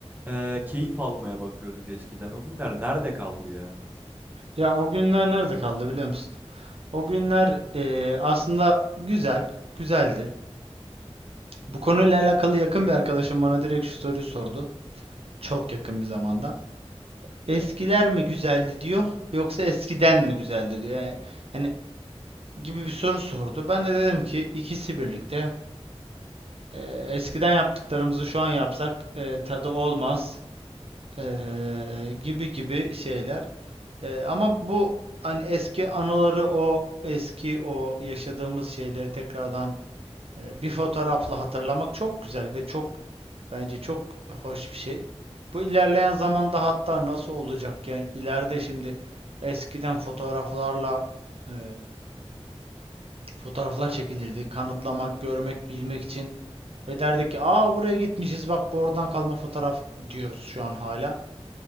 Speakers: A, on the right; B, on the right.
A: e, keyif almaya bakıyorduk eskiden. O günler nerede kaldı ya?
B: Ya o günler nerede kaldı biliyor musun? O günler eee, aslında güzel, güzeldi. Bu konuyla alakalı yakın bir arkadaşım bana direkt şu soruyu sordu. Çok yakın bir zamanda. Eskiler mi güzeldi diyor, yoksa eskiden mi güzeldi diyor. Yani, yani gibi bir soru sordu. Ben de dedim ki ikisi birlikte. Eee, eskiden yaptıklarımızı şu an yapsak eee, tadı olmaz eee, gibi gibi şeyler. Ee, ama bu hani eski anıları o eski o yaşadığımız şeyleri tekrardan e, bir fotoğrafla hatırlamak çok güzel ve çok bence çok hoş bir şey. Bu ilerleyen zamanda hatta nasıl olacak yani ileride şimdi eskiden fotoğraflarla e, fotoğraflar çekilirdi. Kanıtlamak, görmek, bilmek için ve derdik ki aa buraya gitmişiz bak bu oradan kalma fotoğraf diyoruz şu an hala.